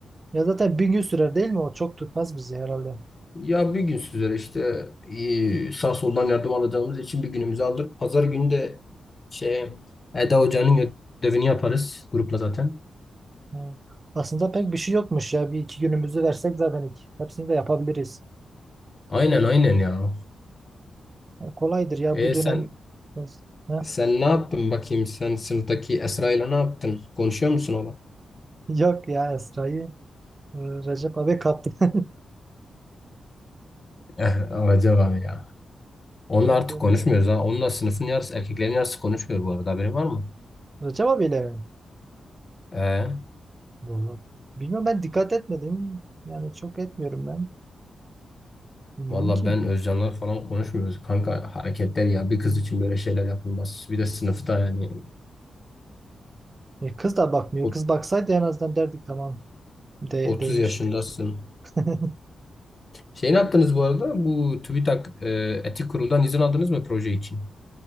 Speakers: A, on the right; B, on the left.
A: Ya zaten bir gün sürer değil mi? O çok tutmaz bizi herhalde.
B: Ya bir gün sizlere işte e, sağ soldan yardım alacağımız için bir günümüzü alır. Pazar günü de şey Eda Hoca'nın ödevini yaparız grupla zaten.
A: Hı. Aslında pek bir şey yokmuş ya. Bir iki günümüzü versek zaten iki- hepsini de yapabiliriz.
B: Aynen aynen ya.
A: E, kolaydır ya
B: E
A: bu dönem.
B: sen
A: biraz- Ha?
B: sen ne yaptın bakayım sen sınıftaki Esra ile ne yaptın? Konuşuyor musun ona?
A: <laughs> Yok ya Esra'yı e, Recep abi kaptı. <laughs>
B: Eh, acaba ya. Onunla
A: Evet,
B: artık
A: evet.
B: konuşmuyoruz ha. Onunla sınıfın yarısı erkeklerin yarısı konuşmuyor bu arada haberin var mı?
A: Recep abiyle mi?
B: E,
A: Vallahi. Bilmiyorum ben dikkat etmedim. Yani çok etmiyorum ben. Bilmiyorum
B: valla
A: ki.
B: ben Özcanlar falan konuşmuyoruz. Kanka hareketler ya bir kız için böyle şeyler yapılmaz. Bir de sınıfta yani.
A: E, kız da bakmıyor.
B: O
A: Kız baksaydı en azından derdik tamam de,
B: 30
A: değmiş.
B: yaşındasın.
A: <laughs>
B: Şey ne yaptınız bu arada? Bu TÜBİTAK e, Etik Kurul'dan izin aldınız mı proje için?